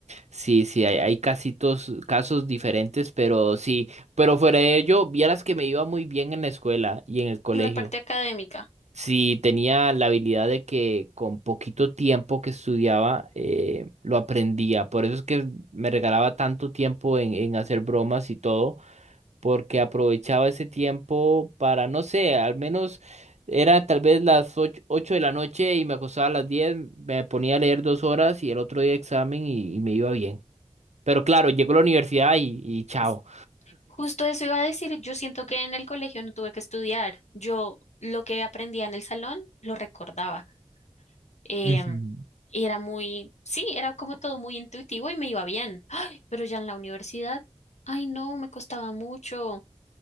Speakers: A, on the right; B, on the left.
A: Sí, sí, hay, hay casitos, casos diferentes, pero sí, pero fuera de ello, vieras que me iba muy bien en la escuela y en el colegio.
B: En la parte académica.
A: si tenía la habilidad de que con poquito tiempo que estudiaba eh, lo aprendía. Por eso es que me regalaba tanto tiempo en, en hacer bromas y todo, porque aprovechaba ese tiempo para, no sé, al menos era tal vez las ocho, ocho de la noche y me acostaba a las diez me ponía a leer dos horas y el otro día examen y, y me iba bien. Pero claro, llegó a la universidad y, y chao.
B: es- Justo eso iba a decir, yo siento que en el colegio no tuve que estudiar. Yo lo que aprendía en el salón lo recordaba. Em,
A: <laughs>
B: y era muy, sí, era como todo muy intuitivo y me iba bien. Ay, pero ya en la universidad, ay, no, me costaba mucho.